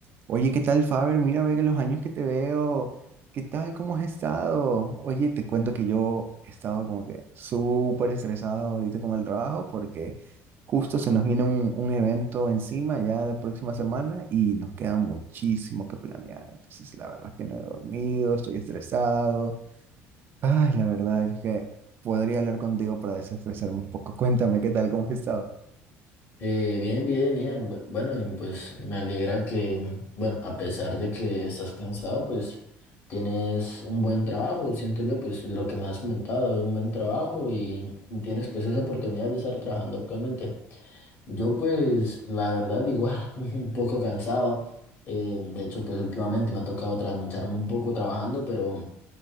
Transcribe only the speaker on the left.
Eh, bien, bien, Ian. Bu- Bueno, y pues me alegra que, bueno, a pesar de que estás cansado, pues tienes un buen trabajo, siento yo, pues de lo que me has comentado, un buen trabajo y tienes pues esa oportunidad de estar trabajando actualmente. Yo pues, la verdad, igual, <laughs> un poco cansado. Eh, de hecho, pues últimamente me ha tocado trasnocharme un poco trabajando, pero